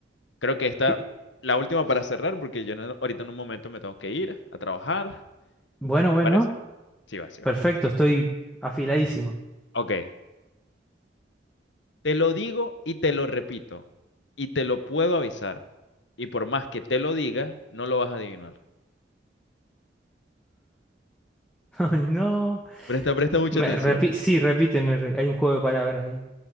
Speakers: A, on the left; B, in the centre.
A: creo que esta,
B: Sí.
A: la última para cerrar, porque yo no- ahorita en un momento me tengo que ir a trabajar.
B: Bueno,
A: ¿Te
B: bueno,
A: parece? Sí va, sí va.
B: perfecto, estoy afiladísimo.
A: Ok, te lo digo y te lo repito, y te lo puedo avisar. Y por más que te lo diga, no lo vas a adivinar.
B: <laughs> No,
A: Presta, presta mucha
B: me,
A: atención.
B: repi- sí, repíteme, re- hay un juego de palabras ahí.